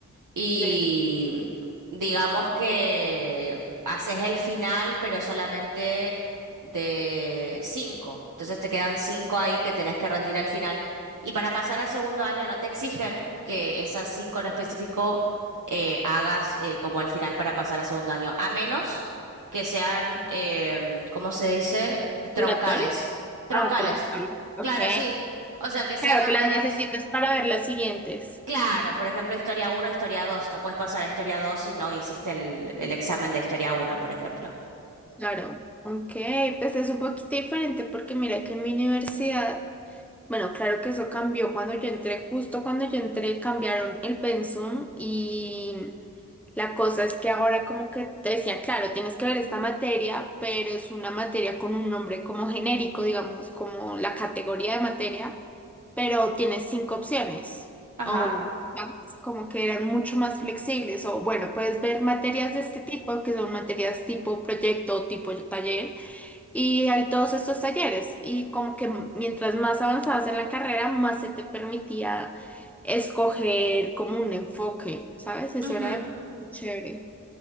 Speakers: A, on the right; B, in the centre.
A: y
B: sí.
A: digamos que haces el final, pero solamente de 5. Entonces te quedan cinco ahí que tenés que rendir al final. Y para pasar a segundo año no te exigen que esas 5 en específico eh, hagas eh, como el final para pasar a segundo año, a menos que sean, em, ¿cómo se dice? Troncales.
B: ¿Obligatorias?
A: Troncales.
B: Ah, troncal. Ok.
A: Claro, sí. O sea, que sean
B: Claro,
A: materias
B: que las necesitas para ver las siguientes.
A: Claro, por ejemplo, historia uno, historia dos, No puedes pasar a historia 2 si no hiciste el, el examen de historia uno, por ejemplo.
B: Claro. Ok, pues es un poquito diferente porque mira que en mi universidad Bueno, claro que eso cambió cuando yo entré, justo cuando yo entré cambiaron el pensum y la cosa es que ahora como que te decía, claro, tienes que ver esta materia, pero es una materia con un nombre como genérico, digamos, como la categoría de materia, pero tienes cinco opciones
A: Ajá.
B: o ¿sabes? como que eran mucho más flexibles o bueno, puedes ver materias de este tipo que son materias tipo proyecto, tipo taller y hay todos estos talleres y como que mientras más avanzabas en la carrera, más se te permitía escoger como un enfoque, ¿sabes? Eso
A: Ujú.
B: era de de chévere.